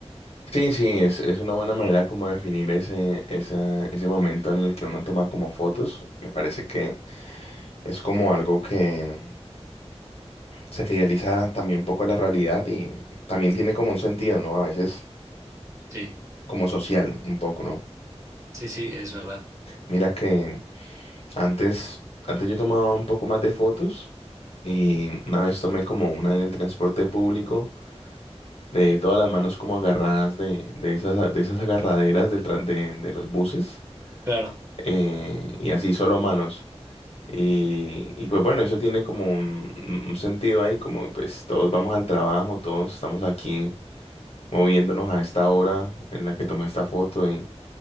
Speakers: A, on the left; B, on the right.
A: Sí, sí, es, es una buena manera como definir ese, esa- ese momento en el que uno toma como fotos. Me parece que es como algo que se fideliza también un poco a la realidad y también tiene como un sentido, ¿no? A veces
B: Sí,
A: como social un poco, ¿no?
B: sí, sí, es verdad.
A: Mira que antes, antes yo tomaba un poco más de fotos y una vez tomé como una en el transporte público de todas las manos como agarradas de, de esas, de esas agarraderas del, tran- de, de los buses
B: Claro.
A: eh, y así solo manos. Y, y pues bueno, eso tiene como un, un- un sentido ahí, como pues todos vamos al trabajo, todos estamos aquí moviéndonos a esta hora en la que tomé esta foto y